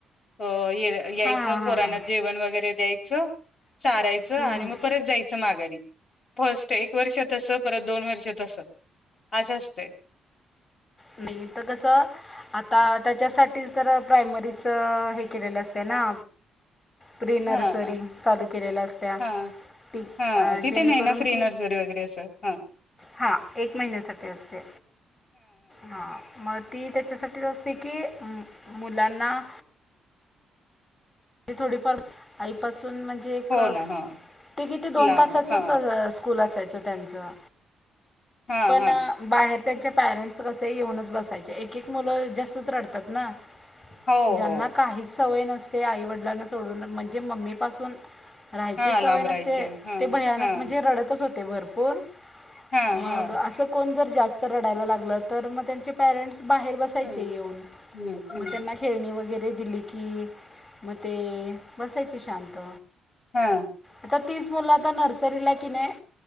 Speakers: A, on the left (about 45°); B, on the left (about 25°).
A: अ यायचं
B: हां हां हां
A: पोराणा
B: हां
A: जेवण वगैरे द्यायचं चारायचं
B: हम्म,
A: आणि
B: हम्म.
A: मग परत जायचं माघारी. फस्ट एक वर्षात अस परत दोन वर्षात अस अस असते
B: नाही इथं कसं. आता त्याच्यासाठीच तर प्रायमरीच हे केलेलं असते ना प्रि नर्सरी
A: हा
B: चालू केलेल्या असत्या
A: हा
B: ती
A: हा
B: अ,
A: तिथे
B: जेणेकरून
A: नाही ना फ्री नर्सरी वगैरे असं हा
B: हा एक महिन्यासाठी असते हा मग ती त्याच्यासाठीच असते की मुलांना म्हे थोडीफार आईपासून म्हणजे एक
A: हो ना हा
B: ते किती
A: लांब
B: दोन तासाचच
A: हा
B: स्कूल असायचं त्यांचं
A: हा
B: पण.
A: हा
B: बाहेर त्यांच्या पॅरेंट्स कसे येऊनच बसायचे एक एक मुलं जास्तच रडतात ना.
A: हो
B: ज्यांना
A: हो
B: काहीच सवय नसते आई वडिलांना सोडून म्हणजे मम्मीपासून. राहायची
A: हा
B: सवय
A: लांब
B: नसते
A: राहायचे हा
B: ते भयानक
A: हा
B: म्हणजे रडतच होते. ते भरपूर
A: हा
B: मग
A: हा
B: असं कोण जर जास्त रडायला लागलं तर मग त्यांचे. पॅरेंट्स बाहेर बसायचे
A: हम्म
B: येऊन
A: हम्म हम्म
B: मग त्यांना खेळणी वगैरे दिली की. मग ते बसायचे शांत.
A: हां.
B: आता तीच मुलं आता नर्सरीला कि नाही.